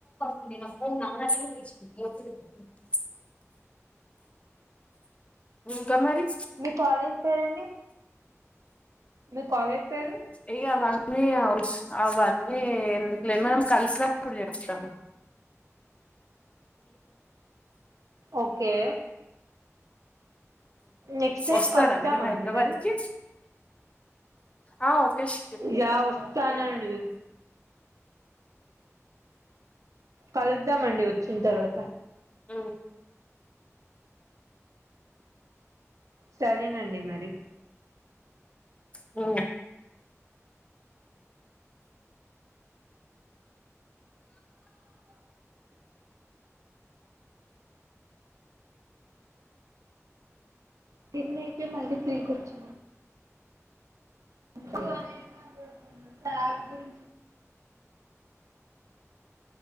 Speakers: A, on the left (about 25°); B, on the right (about 80°).
A: న ఇంకామరి
B: మీ కాలేజీ పేరండి మీ కాలేజ్ పేరు
A: ఇ అవన్నీ అ అవన్నీ ఎందుకులే మనం కలిసినప్పుడు చెప్తాము
B: ఓకే నెక్స్ట్ టైం
A: వస్తారా
B: కలుద్దామా
A: మీరు హైదరాబాద్కిి
B: అండి మరి
A: ఆ కేష్
B: యా వస్తానండి కలుద్దామండి వచ్చిన తర్వాత
A: ఆ
B: సరేనండి మరి
A: అ
B: టెన్ అయిపోయి మళ్ళీ త్రీకి వచ్చింది ఇ త గురి